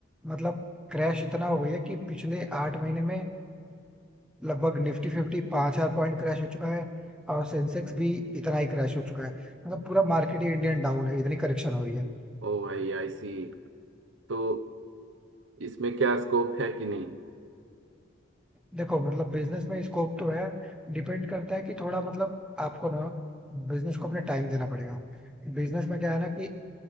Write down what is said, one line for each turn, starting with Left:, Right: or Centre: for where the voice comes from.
Centre: मतलब क्रैश इतना हो गई है कि पिछले आठ महीने में लगभग निफ्टी फिफ्टी पाँच हजार पॉइंट क्रैश हो चुका है और सेंसेक्स भी इतना ही क्रैश हो चुका है मतलब पूरा मार्केट ही इंडियन डाउन है इतनी करेक्शन हो रही है
Right: ओ भाई आईसी तो इसमें क्या स्कोप है कि नहीं
Centre: देखो मतलब बिजनेस में स्कोप तो है डिपेंड करता है कि थोड़ा मतलब आपको ना बिजनेस को अपने टाइम देना पड़ेगा बिजनेस में क्या है ना कि